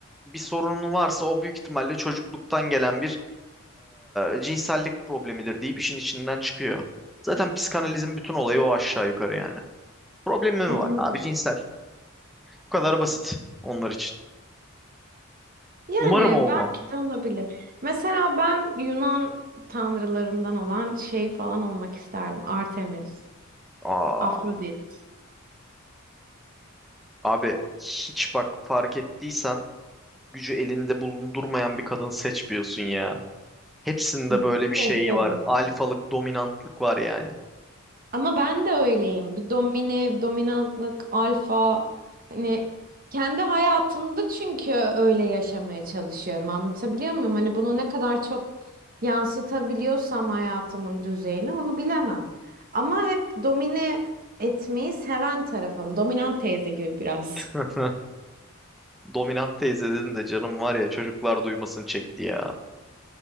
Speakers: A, in the centre; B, on the right.
A: bir sorunun varsa o büyük ihtimalle çocukluktan gelen bir e, cinsellik problemidir deyip işin içinden çıkıyor. Zaten psikanalizin bütün olayı o aşağı yukarı yani. Problemi mi
B: Anladım.
A: var? Abi cinsel. Bu kadar basit onlar için.
B: Yani
A: Umarım olmam.
B: belki de olabilir. Mesela ben Yunan tanrılarından olan şey falan olmak isterdim. Artemis,
A: Aa,
B: Afrodit.
A: abi hiç bak fark ettiysen gücü elinde bulundurmayan bir kadın seçmiyorsun ya. Hepsinde
B: Git
A: böyle bir
B: Seviyorum
A: şey var.
B: ben.
A: Alfalık, dominantlık var yani.
B: Ama ben de öyleyim. Bir domine, dominantlık, alfa. Hani kendi hayatımda çünkü öyle yaşamaya çalışıyorum. Anlatabiliyor muyum? Hani bunu ne kadar çok yansıtabiliyorsam hayatımın düzeyini onu bilemem. Ama hep domine etmeyi seven tarafım. Dominant teyze gibi biraz.
A: <laughs> Dominant teyze dedin de canım var ya çocuklar duymasın çekti ya.